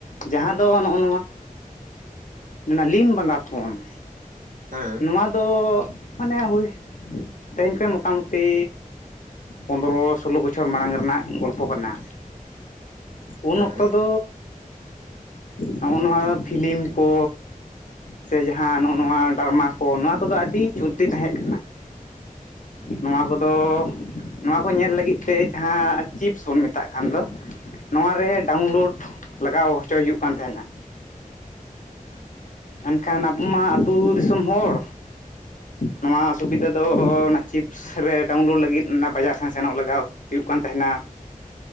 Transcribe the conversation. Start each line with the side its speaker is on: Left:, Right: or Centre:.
Left: ᱡᱟᱦᱟᱸ ᱫᱚ ᱱᱚᱜᱼᱚ ᱱᱚᱣᱟ ᱞᱤᱱ ᱵᱟᱸᱫᱟ ᱯᱷᱳᱱ᱾
Right: ᱦᱮᱸ
Left: ᱱᱚᱣᱟ ᱫᱚ ᱢᱟᱱᱮ ᱦᱩᱭ ᱛᱮᱦᱮᱧ ᱠᱷᱚᱭ ᱢᱚᱛᱟᱢᱩᱛᱤ ᱯᱚᱸᱫᱽᱨᱚ ᱥᱳᱞᱞᱳ ᱵᱚᱪᱷᱚᱨ ᱢᱟᱲᱟᱝ ᱨᱮᱱᱟᱜ ᱜᱚᱞᱯᱷᱚ ᱠᱟᱱᱟ, ᱩᱱ
Right: ᱦᱮᱸ
Left: ᱚᱠ ᱛᱚ ᱱᱚᱜᱼᱚ ᱱᱚᱣᱟ ᱯᱷᱤᱞᱤᱢ ᱠᱚ ᱥᱮ ᱡᱟᱦᱟᱸ ᱱᱚᱜᱼᱚ ᱱᱚᱣᱟ ᱰᱟᱨᱢᱟ ᱠᱚ ᱱᱚᱣᱟ ᱠᱚᱫᱚ ᱟᱹᱰᱤ ᱪᱚᱞᱛᱤ ᱛᱟᱦᱮᱸᱜ
Right: ᱦᱩᱸ᱾
Left: ᱱᱚᱣᱟ ᱠᱚᱫᱚ ᱱᱚᱣᱟ ᱠᱚ ᱧᱮᱞ ᱞᱟᱹᱜᱤᱫ ᱛᱮ ᱡᱟᱦᱟᱸ ᱪᱤᱯᱥ ᱵᱚᱱ ᱢᱮᱛᱟᱜ ᱠᱟᱱ ᱫᱚ᱾ ᱱᱚᱣᱟ ᱨᱮ
Right: ᱦᱩᱸ
Left: ᱰᱟᱣᱩᱱᱞᱳᱰ ᱞᱟᱜᱟᱣ ᱦᱚᱪᱚᱭ ᱦᱩᱭᱩᱜ ᱠᱟᱱ ᱛᱟᱦᱮᱸᱱᱟ᱾
Right: ᱦᱩᱸ᱾
Left: ᱮᱱᱠᱷᱟᱱ ᱟᱵᱚ ᱢᱟ ᱟᱛᱳ ᱫᱤᱥᱚᱢ ᱦᱚᱲ,
Right: ᱦᱩᱸ
Left: ᱱᱚᱣᱟ ᱛᱩᱵᱤᱫᱟ ᱫᱚ ᱚᱱᱟ ᱪᱤᱯᱥ ᱨᱮ ᱰᱟᱣᱩᱱᱞᱳᱰ ᱞᱟᱹᱜᱤᱫ ᱚᱱᱟ ᱵᱟᱡᱟᱨ ᱥᱮᱱ ᱥᱮᱱᱚᱜ ᱞᱟᱜᱟᱣ ᱦᱩᱭᱩᱜ ᱠᱟᱱ ᱛᱟᱦᱮᱱᱟ᱾